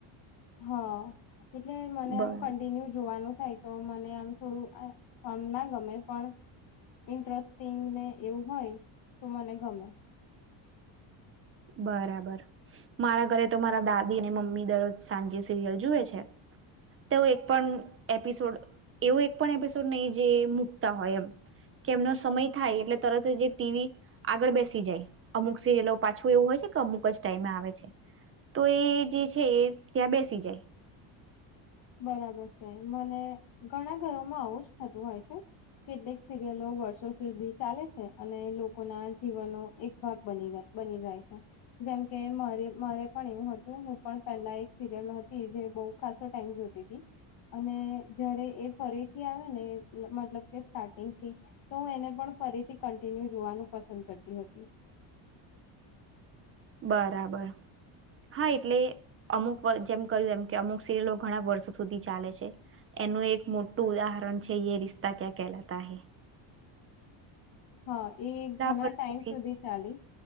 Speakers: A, on the left (about 50°); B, on the right (about 30°).
A: હા એટલે મને
B: બર
A: આમ કન્ટિન્યુ જોવાનું થાય તો મને આમ થોડું આમ ના ગમે પણ ઇન્ટરેસ્ટિંગ ને એવું હોય તો મને ગમે
B: બરાબર મારા ઘરે તો મારા દાદી અને મમ્મી દરરોજ સાંજે સિરિયલ જુએ છે તે એક પણ એપિસોડ એવો એક પણ એપિસોડ નહી જે મૂકતા હોય એમ કે એમનો સમય થાય એટલે તરત જ ટીવી આગળ બેસી જાય અમુક સિરિયલો પાછ એવું હોય છે કે અમુક જ ટાઈમે આવે છે તો એ જે છે ત્યાં બેસી જાય
A: બરાબર છે મને ઘણા ઘરોમાં આવું જ થતું હોય છે કેટલીક સિરિયલો વર્ષો સુધી ચાલે છે અને લોકો ના જીવનનો એક ભાગ બની ગયા બની જાય છે જેમકે મારે પણ એવું હતું હું પણ પહેલા એક સિરિયલ હતી જે બહ ખાસ <inaudible> ટાઈમ જોતી હતી અને જયારે એ ફરીથી આવે ને મતલબ કે સ્ટાર્ટિંગ થી તો હું એને પણ ફરીથી કન્ટિન્યુ જોવાનું પસંદ કરતી હતી <inaudible>
B: બરાબર હા એટલે અમુક જેમ કહ્યું એમ કે અમુક સિરિયલો ઘણા વર્ષો સુધી ચાલે છે એનું એક મોટું ઉદાહરણ છે યે રિશ્તા ક્યાં કેલાતા હે
A: હા એ ઘણા
B: વર્ષોથી
A: ટાઈમ સુધી ચાલી